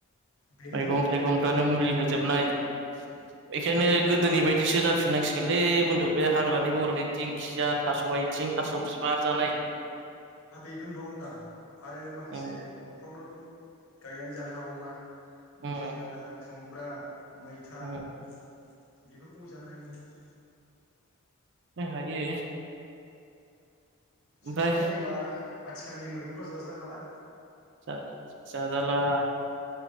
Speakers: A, on the left; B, on the right.
A: बेनोथ'
B: मैगं
A: ओंखायनो
B: - थाइगंफ्रानो मुलि होजोबनाय बेखायनो
A: बिनिखायनो
B: गोदोनि बायदिसो जाफिननांसिगोनलै बुन्दु बे हाग्रानि बंग्रानि दिंखिया थास' आइथिं, थास' बिबार जानाय
A: हाबेखौनथ' होनदां आरो माखासे
B: उम
A: न'फ्रावनो गायनानै जानो हाबावना
B: उम
A: जोगोनार, खुमब्रा मैथा
B: उम
A: बेफोरखौबो जानो हायो नोंथां
B: हायो ओमफ्राय
A: सानना नायोबा आथिखालनि मैगंफ्रा जाजाखाला
B: स जाजाला